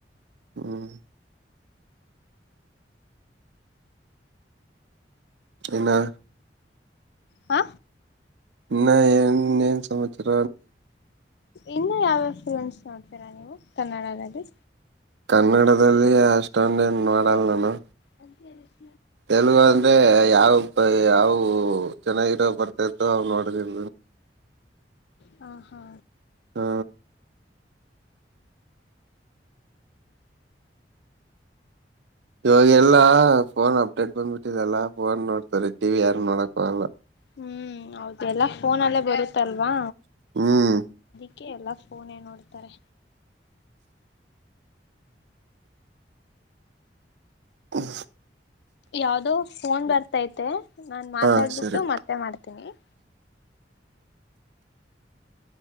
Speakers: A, on the right (about 75°); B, on the left (about 70°).
A: ಹ್ಮ ಇನ್ನು
B: ಹಾ
A: ಇನ್ನ ಸಮಾಚಾರ
B: ಇನ್ನು ಯಾವ್ಯಾವ ಫಿಲಂಸ್ ನೋಡ್ತೀರಾ ನೀವು ಕನ್ನಡದಲ್ಲಿ
A: ಕನ್ನಡದಲ್ಲಿ ಅಷ್ಟೊಂದೇ ನೋಡಲ್ ನಾನು
B: ಅ
A: ತೆಲುಗು ಅಂದ್ರೆ ಯಾವ ಯಾವವು ಚೆನ್ನಾಗಿರೋ ಬರ್ತ ಹಾವ ನೋಡ್ ಜ
B: ಹ ಹಾ
A: ಹಾ ಇವಾಗ ಎಲ್ಲ ಫೋನ್ ಅಪ್ಡೇಟ್ ಬಂದ್ಬಿಟ್ಟಿದೆಲ್ಲ ಫೋನ್ ನೋಡ್ತ್ರೀ ಟಿವಿ ಯಾರ್ ನೋಡಕ ಅಲ್ಲ
B: ಹ್ಮ್ ಹೌದು ಎಲ್ಲಾ ಫೋನ ಅಲ್ಲೇ ಬರುತ್ತಲ್ವಾ
A: ಹ್ಮ್
B: ಅಕೆ ಎಲ್ಲ ಫೋನ್ ಏ ನ ನೋಡ್ತಾರೆ
A: ಹ್ಮ
B: ಯಾವ್ದೋ ಫೋನ್ ಬರ್ತೈತೆ ನಾನ್ ಮಾತಾಡ್ಬಿಟ್ಟು
A: ಹಾ ಸರಿ
B: ಮತ್ತೆ ಮಾಡ್ತನಿ ತನ